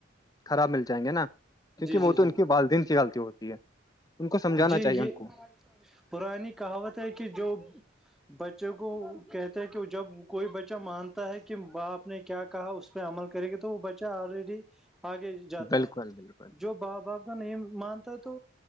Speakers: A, on the left; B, in the centre.
A: خراب مل جائیں گے نا کیونکہ
B: جی جی
A: وہ
B: جی
A: تو ان کے والدین کی غلطی ہوتی ہے ان کو سمجھانا
B: جی
A: چاہیے
B: یہ
A: ان کو
B: پرانی کہاوت ہے کہ جو بچوں کو کہتے ہیں کہ وہ جب کوئی بچہ مانتا ہے کہ باپ نے کیا کہا اس پہ عمل کرے گی تو وہ بچہ آلریڈی آگے جاتا
A: بالکل
B: ہے
A: بالکل
B: جو باں باپ نہیں مانتا ہے تو